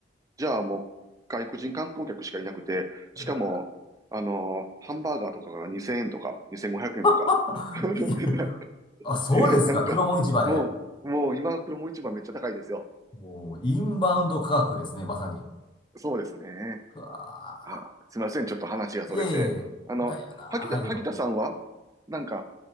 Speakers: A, on the right; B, on the left.
A: じゃあもう外国人観光客しかいなくて、しかも、
B: うわ
A: あのーハンバーガーとかが2000円とか、2500円とか。
B: <laughs>
A: <laughs>
B: いい。あ、そうですか。
A: ななんか、
B: 黒門市場で。
A: もう、もう今、黒も市場めっちゃ高いですよ。
B: もう、インバウンド価格ですね、まさに。
A: そうですね。
B: うわ
A: あ、すみません。ちょっと話がそれて。
B: ーいやいやいや、い
A: あの、
B: やいやなー。
A: 萩田、
B: はい、
A: 萩田さんは、
B: どうぞ。
A: なんか、